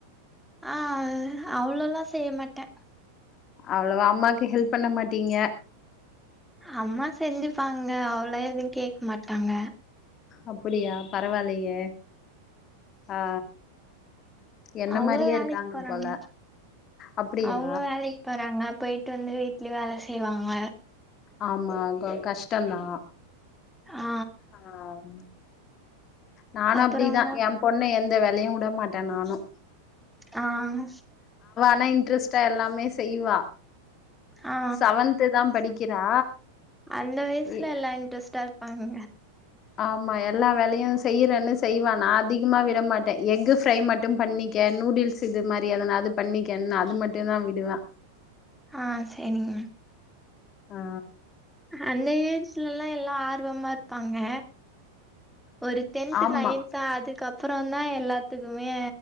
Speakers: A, in the centre; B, on the left (about 30°).
A: ஆ அவ்ளோ எல்லா செய்ய மாட்டே
B: அவ்ளவா அம்மாக்கு ஹெல்ப் பண்ண மாட்டீங்க
A: அம்மா செஞ்சுப்பாங்க அவ்ளோ எதுவு கேட்க மாட்டாங்க
B: அப்டியா பரவா இல்லயே ஆ என்ன
A: அவுங்களு‌
B: மாரியே
A: வேலைக்கு
B: இருக்காங்க
A: போறாங்க
B: போல அப்படியா
A: அவங்களு வேலைக்கு போறாங்க போ போய்ட்டு வந்து வீட்லயு வேல செய்வாங்க
B: ஆமா கொ கஷ்டம்தா
A: ஆ
B: ஆம் நானும்
A: அப்புறோங்க
B: அப்படிதான் என் பொண்ணை எந்த வேலையு விட மாட்டே நானும்
A: ஆ ஸ்
B: ஆனா இன்ட்ரெஸ்ட்டா எல்லாமே செய்வா
A: ஆ
B: செவன்து தான் படிக்கிறா
A: அந்த வயசுல
B: எ
A: எல்லா இன்ட்ரெஸ்டா இருப்பாங்க
B: ஆமா எல்லா வேலையும் செய்யறேன்னு செய்வா நான் அதிகமா விட மாட்டேன் எக்கு ஃப்ரை மட்டும் பண்ணிக்க நூடுல்ஸ் இது மாரி எதனாவ்து பண்ணிக்கேனு அது மட்டும் தா விடுவேன்
A: ஆ சேரிங்க
B: ஆ
A: அந்த ஏஜ்லல்லா எல்லா ஆர்வமா இருப்பாங்க ஒரு டென்த்
B: ஆமா
A: நைன்த் அதுக்கப்புறோ தா எல்லா த்துக்குமே